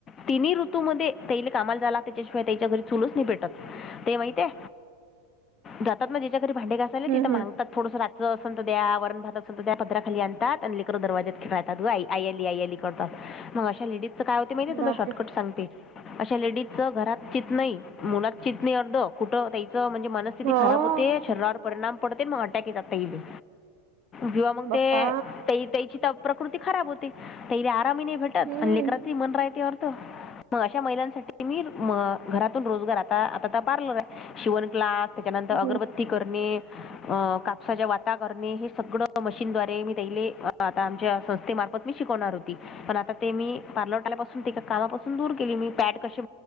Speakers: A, on the left; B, on the right.
A: तिनही ऋतूमध्येध्ये तैला कामाल जायला लागत त्याच्याशिवाय त्याच्या घरी चूलच नाही पेटत. ते माहितय जात ना ज्याच्या घरी भांडे घासायला
B: हम्म
A: तिथ मांगतात
B: हम्म.
A: थोडसं रात असेल तर द्या व भ अस त्या पदरा खाली आणतात आणि लेकरं दरवाजेत खेळात ग आई आली, आई आली. करतात मग अशा लेडीज च काय होते माहितये तुला
B: बापरे.
A: शॉर्टकट सांगते. अशा लेडीजच घरात चित नाही मुला चितणी अर् कुठं त्याच म्हणजे मनस्थिती
B: हो
A: खराब होते शरी परिणाम पडते मार ट्याक काातताईे किंवा मग
B: बाप्पा
A: ते त त्याची तर प्रकृती खराब होती त ते आरामी नाही भेटत
B: हम्म
A: अलेकरात मन राहतेवर त मग अशा महिलांसाठी मी घरातून रोजगार आता आता पार्लर आहे शिवण कलास त्याच्यानंतर
B: हम्म.
A: अगरबत्ती करणे अ कापसाच्या वाता करणे हे सगळं मशीनद््वारे मी तेले आता आमच्या संस्थेमार्फत मी शिकवणार होती पण आता ते मी पार्लर आल्यापासून ते कामापासून दूर केली मी पॅड कसे